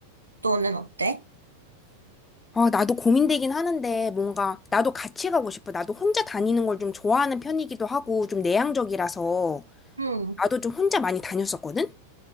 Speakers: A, on the right (about 80°); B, on the left (about 15°).
A: 너는 어때?
B: 아, 나도 고민되긴 하는데 뭔가 나도 같이 가고 싶어. 나도 혼자 다니는 걸 좀 좋아하는 편이기도 하고 좀 내향적이라서.
A: 응.
B: 나도 좀 혼자 많이 다녔었거든?